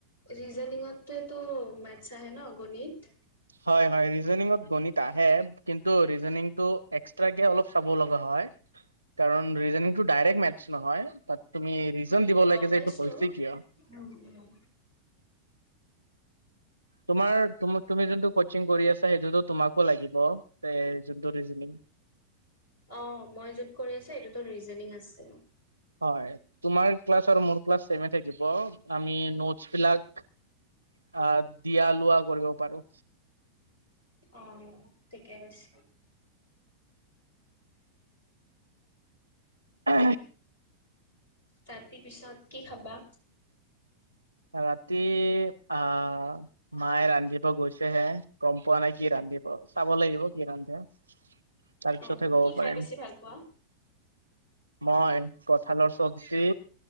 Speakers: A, on the left; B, on the right.
A: ৰিজনিঙতো মেথছ আহে নগণিত
B: হয়জনত গণিত আহে কিন্তু টো এক্স্ৰ অ চ লগা হয় কাৰটো ড মে নহয় তাত ত দিব লাগে
A: গম
B: যে
A: পাইছো।
B: এইটো হৈছে কিয়
A: উম, উম।
B: তোমাৰ তুমি যোনটো কচিং কৰি আছা সেইটোতো তোমাকো লাগিব জন্ত জনিং
A: অ মই যত কৰি আছো এইটোতো ৰিজনিং আছে
B: হয়োাৰ্া মোৰ্া থ আমি নট বিলাক আহ দিয়া লোৱা কৰিব পাৰো
A: অ ঠিকে কৈছে
B: অ
A: তাৰ পি পিছত কি খাবা
B: ৰাতি আহ মায়ে ৰান্ধিব গৈছেহে গম পোৱা নাই কি ৰান্ধি দিব চাব লাগিব কি ৰান্ধে তাৰপিছতহে
A: অ',
B: ক'ব
A: কি খাই
B: পাৰিম
A: বেছি ভাল পোৱা?
B: মই কঁঠালৰ চব্জি